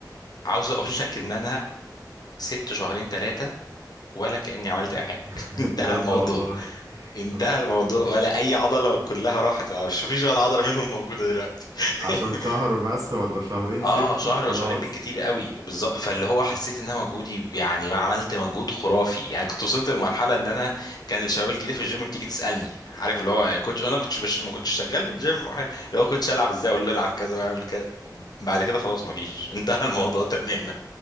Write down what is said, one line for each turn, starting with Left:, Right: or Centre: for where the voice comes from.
Left: عاوز اقول لك ان انا سبت شهرين ثلاثه ولا كاني عملت اي حاجه
Right: <laughs>
Left: <laughs> انتهى
Right: بجد
Left: الموضوع
Right: والله
Left: انتهى
Right: <laughs>
Left: الموضوع ولا اي عضله كلها راحت مش فيش ولا عضله منهم موجوده دلوقتي
Right: عشان
Left: <laughs>
Right: شهر بس ولا شهرين سبته
Left: اه شهر
Right: خلاص
Left: ولا شهرين بالكتير قوي بالظبط فاللي هو حسيت ان انا مجهودي يعني ما عملت مجهود خرافي يعني كنت وصلت لمرحله ان انا كان الشباب الجديده في الجيم بتيجي تسالني عارف اللي هو يا كوتش انا كنتش بش... ما كنتش شغال في الجيم أو حاجة. اللي هو كوتش العب ازاي اقول له العب كذا واعمل كذا بعد كده خلاص ما فيش <laughs> انتهى الموضوع تماما